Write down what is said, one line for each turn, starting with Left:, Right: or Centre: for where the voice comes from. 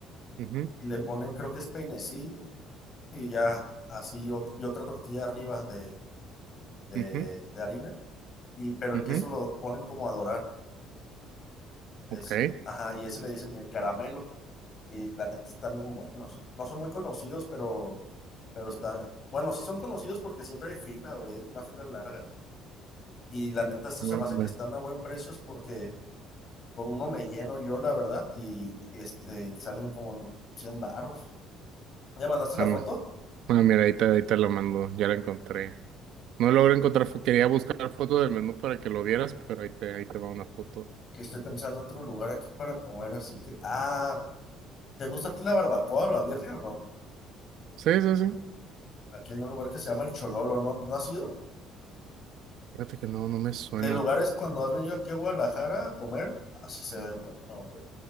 Right: ujú,
Left: y le ponen creo que es peinecillo y ya así ot- y otra tortilla arriba de, de,
Right: ujú,
Left: de harina y pero
Right: ujú,
Left: el queso lo ponen como a dorar. Es,
Right: Ok.
Left: ajá, y ese le dicen el caramelo. Y la neta están bien buenos. No son muy conocidos, pero, pero están. Bueno, sí son conocidos porque siempre hay fila, güey, una fila larga. Y la neta, esto
Right: Mm,
Left: se me hace que están a buen precios porque por uno me lleno yo, la verdad, y, y, este, y salen como 100 baros. ¿Ya mandaste la
Right: Ah,
Left: foto?
Right: mi- ah, mira, ahí te, ahí te la mando, ya la encontré. No logré encontrar, fo- quería buscar foto del menú para que lo vieras, pero ahí te, ahí te va una foto.
Left: Que estoy pensando otro lugar aquí para comer, así que. Ah, ¿te gusta a ti la barbacoa o la birria o no?
Right: Sí, sí, sí.
Left: Aquí hay un lugar que se llama El Chololo, ¿no? ¿No has ido?
Right: Fíjate que no, no me suena.
Left: De lugares cuando has venido aquí a Guadalajara a comer, así se ve bueno, güey.